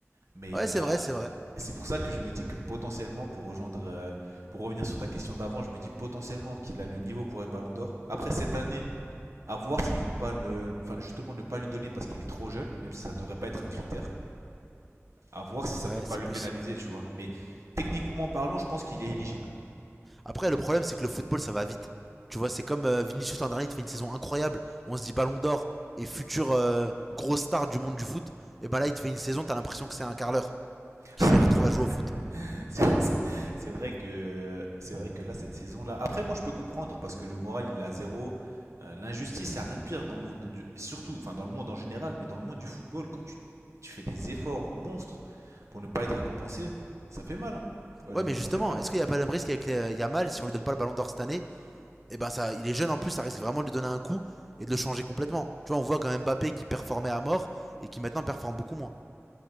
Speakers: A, on the right (about 70°); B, in the centre.
A: mais
B: Ouais,
A: il a.
B: c'est vrai, c'est vrai.
A: C'est pour ça que je me dis que potentiellement, pour rejoindre, euh, pour revenir sur ta question d'avant, je me dis potentiellement qu'il a le niveau pour être Ballon d'Or. Après cette année, à voir s'ils vont pas, ne... enfin justement ne pas lui donner parce qu'il est trop jeune, même si ça devrait pas être un critère. À voir si ça
B: Ouais,
A: peut pas
B: c'est
A: le
B: possible.
A: pénaliser, tu vois. Mais techniquement parlant, je pense qu'il est éligible.
B: Après, le problème, c'est que le football, ça va vite. Tu vois, c'est comme euh, Vinicius l'an dernier, il fait une saison incroyable. On se dit ballon d'or et futur euh, grosse star du monde du foot. Et ben là, il te fait une saison, t'as l'impression que c'est un carleur qui
A: <laughs>
B: s'est retrouvé à jouer au foot.
A: C'est- C'est c'est vrai que c'est vrai que là cette saison là. Après moi je peux comprendre parce que le moral il est à zéro. Euh, L'injustice il y a rien de pire dans le monde du surtout enfin dans le monde en général mais dans le monde du football quand tu, tu fais des efforts monstres pour ne pas être récompensé ça fait mal. hein. Honnêtement
B: Ouais, mais justement,
A: ça fait mal.
B: est-ce qu'il n'y a pas le même risque avec les- euh, Yamal si on lui donne pas le ballon d'or cette année Et ben ça, il est jeune en plus, ça risque vraiment de lui donner un coup et de le changer complètement. Tu vois, on voit quand même Mbappé qui performait à mort et qui maintenant performe beaucoup moins.